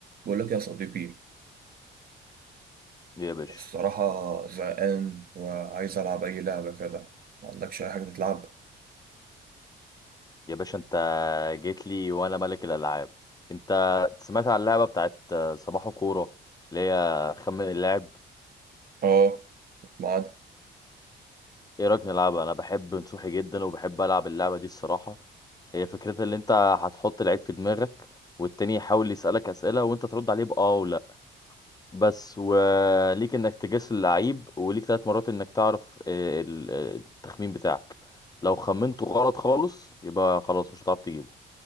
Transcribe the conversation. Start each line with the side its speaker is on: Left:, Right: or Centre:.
Right: بقول لك يا صديقي
Left: يا باشا
Right: الصراحة زهقان وعايز ألعب أي لعبة كده ما عندكش أي حاجة تتلعب؟
Left: يا باشا انت جيت لي وانا ملك الالعاب انت سمعت عن اللعبه بتاعت صباح كوره اللي هي خمن اللاعب
Right: آه معانا
Left: ايه رايك نلعبها انا بحب نصوحي جدا وبحب العب اللعبه دي الصراحه هي فكرتها اللي انت هتحط لعيب في دماغك والتاني يحاول يسالك اسئله وانت ترد عليه باه ولا بس وليك انك تجس اللعيب وليك ثلاث مرات انك تعرف اه، ال- اه، التخمين بتاعك لو خمنته غلط خالص يبقى خلاص مش هتعرف تجيبه